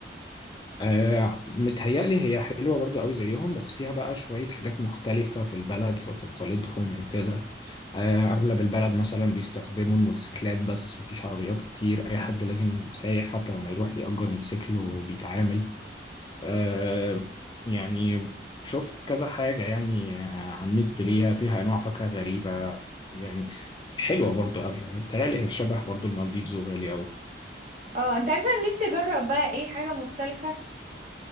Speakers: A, on the left; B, on the right.
A: آه متهيألي هي حلوة برضو قوي زيهم بس فيها بقى شوية حاجات مختلفة في البلد في تقاليدهم وكده آه، أغلب البلد مثلا بيستخدموا الموتوسيكلات بس مفيش عربيات كتير أي حد لازم سايح حتى لما يروح بيأجر موتوسيكل وبيتعامل آه، يعني شفت كذا حاجة يعني آه، على النت ليها فيها أنواع فاكهة غريبة يعني حلوة برضو أوي يعني بتهيألي هي شبه برضو المالديفز وبالي أوي
B: اه انت عارفة انا نفسي اجرب بقى ايه حاجة مختلفة